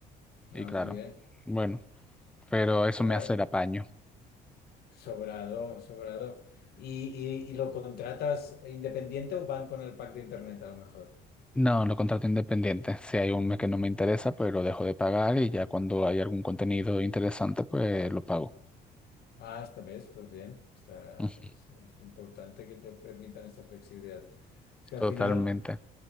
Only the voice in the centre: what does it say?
Y
claro,
bueno, pero eso me
hace el apaño.
No, lo contrato independiente. Si hay un mes que no me interesa, pues lo dejo de pagar y ya cuando hay algún contenido interesante, pues lo pago.
Ujú,
Totalmente.